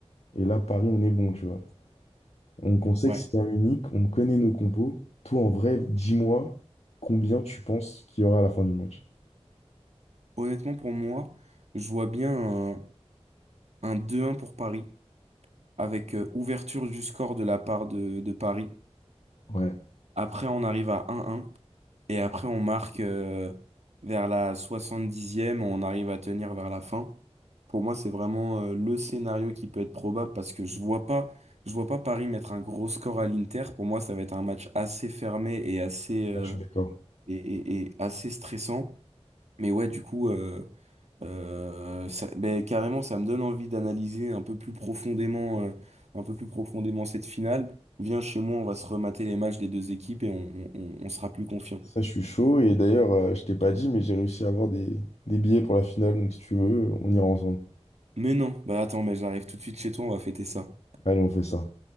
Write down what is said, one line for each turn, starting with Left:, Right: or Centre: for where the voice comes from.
Left: Et là, Paris, on est bon, tu vois. Donc, on sait
Right: Ouais.
Left: que c'est à Munich, on connaît nos compos. Toi, en vrai, dis-moi combien tu penses qu'il y aura à la fin du match.
Right: Honnêtement, pour moi, je vois bien un, un 2-1 pour Paris, avec euh, ouverture du score de la part de, de Paris.
Left: ouais
Right: Après, on arrive à un un. Et après, on marque euh, vers la soixante dixième, on arrive à tenir vers la fin. Pour moi, c'est vraiment euh, le scénario qui peut être probable parce que je vois pas, je vois pas Paris mettre un gros score à l'Inter. Pour moi, ça va être un match assez fermé et assez euh,
Left: Ah, je suis d'accord.
Right: et, et- et assez stressant. Mais ouais, du coup, euh, euh, ça- ben, carrément, ça me donne envie d'analyser un peu plus profondément, euh, un peu plus profondément cette finale. Viens chez moi, on va se remater les matchs des deux équipes et on, on on- on sera plus confiant.
Left: Ça, je suis chaud. Et d'ailleurs, euh, je t'ai pas dit, mais j'ai réussi à avoir des, des billets pour la finale. Donc, si tu veux, on ira ensemble.
Right: Mais non, bah attends, mais j'arrive tout de suite chez toi, on va fêter ça.
Left: Allez, on fait ça.